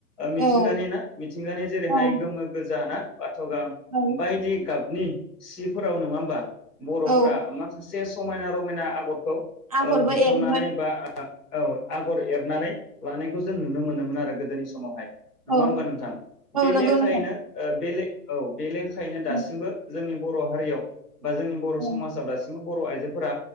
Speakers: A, in the centre; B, on the right.
A: मिथिंगानि
B: औ
A: ना मिथिंगानि जेरैहाय
B: औ
A: गोमो गोजाना बाथगां
B: औ
A: बायदि गाब नि सिफोराव नङा होमबा बर'फोरा
B: औ
A: माखासे समायना रमायना आगरखौ
B: आगरबो
A: दिखांनानै
B: एरोमोन
A: बा औ आगर एरनानै लानायखौ जों नुनो मोनोमोन आरो गोदोनि समावहाय। नङा
B: औ
A: होमबा नोंथां बे
B: औ नंगौ
A: लेखायैनो
B: नोंथां
A: ओ बे औ बे ले खानो दासिमबो
B: औ
A: जोंनि बर हारियाव बा जोंनि बर
B: औ
A: समाजाव दासिमबो बर आइजोफोरा